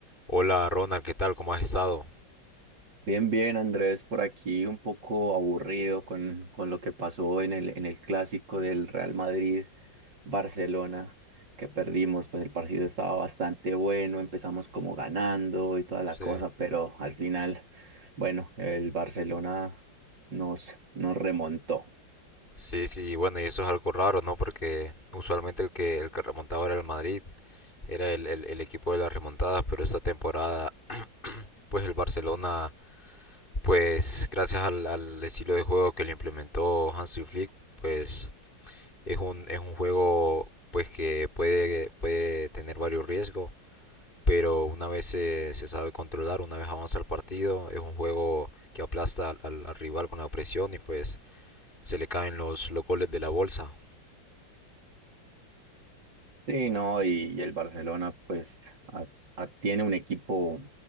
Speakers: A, on the left; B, on the right.
A: Hola Ronald, ¿qué tal? ¿Cómo has estado?
B: Bien, bien, Andrés, por aquí un poco aburrido con, con lo que pasó en el, en el clásico del Real Madrid-Barcelona que perdimos, pues el partido estaba bastante bueno, empezamos como ganando y toda la
A: Sí,
B: cosa, pero al final, bueno, el Barcelona nos, nos remontó.
A: sí, sí, bueno, y eso es algo raro, ¿no? Porque usualmente el que, el que remontaba era el Madrid, era el, el- el equipo de las remontadas, pero esta temporada, pues el Barcelona, pues gracias al, al estilo de juego que le implementó Hansi Flick, pues es un, es un juego pues que puede, puede tener varios riesgos, pero una vez se, se sabe controlar, una vez avanza el partido, es un juego que aplasta al, al al rival con la presión y pues... se le caen los, los goles de la bolsa.
B: Sí, no, y, y el Barcelona pues a- a- tiene un equipo